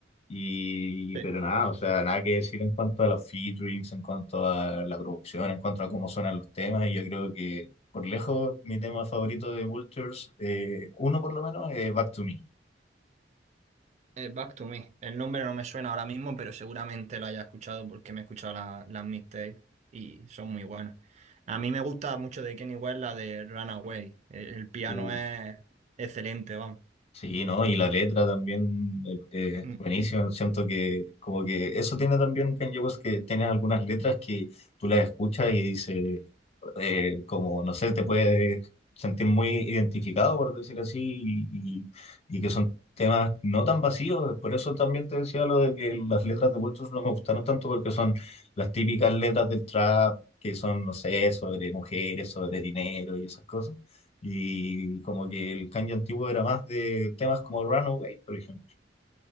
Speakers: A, on the left (about 35°); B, on the right (about 40°).
A: Y,
B: sí.
A: pero nada, o sea, nada que decir en cuanto a los featurings, en cuanto a la producción, en cuanto a cómo suenan los temas. Y yo creo que, por lejos, mi tema favorito de Vultures, eh, uno por lo menos, es Back to Me.
B: Eh, Back to Me. El nombre no me suena ahora mismo, pero seguramente lo haya escuchado porque me he escuchado la- las mixtapes y son muy buenas. A mí me gusta mucho de Kenny West la de Runaway. El, el piano
A: Uf,
B: es excelente, vamos.
A: sí, ¿no? Y la letra también eh, eh,
B: Mm.
A: buenísimo. Siento que como que eso tiene también Kanye West, que tiene algunas letras que tú las escuchas y dices, eh, como, no sé, te puedes sentir muy identificado, por decir así, y, y- y que son temas no tan vacíos. Por eso también te decía lo de que las letras de Vultures no me gustaron tanto porque son las típicas letras del trap, que son, no sé, sobre mujeres, sobre dinero y esas cosas. Y como que el Kanye antiguo era más de temas como Runaway, por ejemplo.